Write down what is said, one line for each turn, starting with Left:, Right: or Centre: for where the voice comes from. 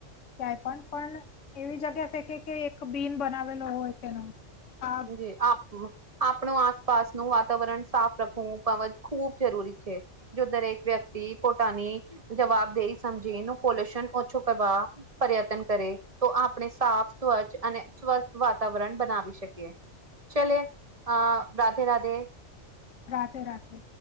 Left: ક્યાંય પણ પણ એવી જગ્યા ફેંકે કે એક બીન બનાવેલો હોય તેનો આ
Right: જે આપણુ આપણું આસપાસનું વાતાવરણ સાફ રાખવું પવત ખૂબ જરૂરી છે. જો દરેક વ્યક્તિ પોતાની જવાબદેઈ સમજીન પોલ્યુશન ઓછું કરવા પર્યત્ન કરે તો આપણે સાફ સ્વચ્છ અને સ્વસ્થ વાતાવરણ બનાવી શકીએ. એ ચલે અ રાધે રાધે.
Left: રાધે રાધે.